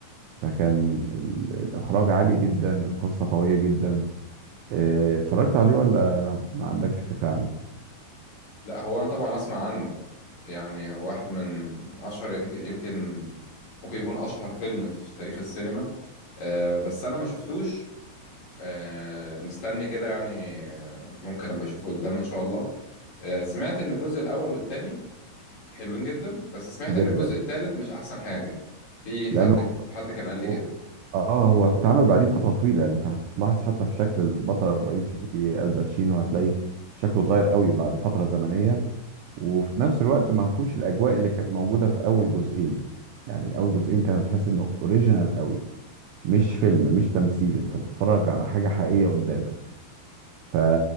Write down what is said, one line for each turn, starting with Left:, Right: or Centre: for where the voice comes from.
Right: فكان ال- الإخراج عالي جدا القصة قوية جدا آه، اتفرجت عليه ولا ما عندكش فكرة عنه
Left: لا هو انا طبعا اسمع عنه يعني هو واحد من اشهر يمكن يمكن ممكن يكون اشهر فيلم في تاريخ السينما آه بس انا ما شفتوش آه مستني كده يعني آه ممكن ابقى اشوفه قدام ان شاء الله آه سمعت ان الجزء الاول والتاني حلوين جدا بس سمعت
Right: جدا
Left: ان الجزء التالت مش احسن حاجة في حد
Right: لأنه
Left: في حد كان قال لي
Right: هو-
Left: كده
Right: اه هو اتعمل بعديه فترة طويلة يعني انت هتلاحظ حتى في شكل البطل الرئيسي الباتشينو هتلاقي شكله اتغير قوي بعد فترة زمنية وفي نفس الوقت ما فيهوش الأجواء اللي كانت موجودة في أول جزئين يعني أول جزئين كانوا تحس إنه أوريجينال قوي مش فيلم مش تمثيل أنت بتتفرج على حاجة حقيقية قدامك ف...